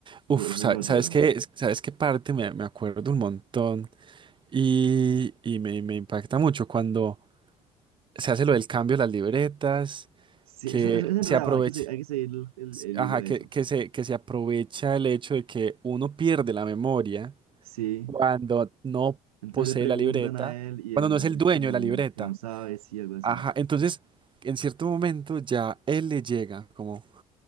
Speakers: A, on the right; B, on the right.
A: Uf,
B: Eso, eso
A: sa-
B: lo ayuda.
A: ¿sabes qué? Es- ¿Sabes qué parte? Me, me acuerdo un montón y, y me, me impacta mucho cuando se hace lo del cambio de las libretas,
B: Sí,
A: que
B: eso, eso es enredado,
A: se aprovecha.
B: hay que, se- hay que seguir el, el- el
A: Ajá,
B: hilo a
A: que,
B: eso.
A: que se, que se aprovecha el hecho de que uno pierde la memoria
B: Sí.
A: cuando no
B: Entonces
A: posee
B: le preguntan
A: la libreta,
B: a él y
A: cuando
B: él
A: no es el
B: dice
A: dueño
B: que no,
A: de la libreta.
B: que no sabe, sí, algo así.
A: Ajá, entonces en cierto momento ya él le llega, como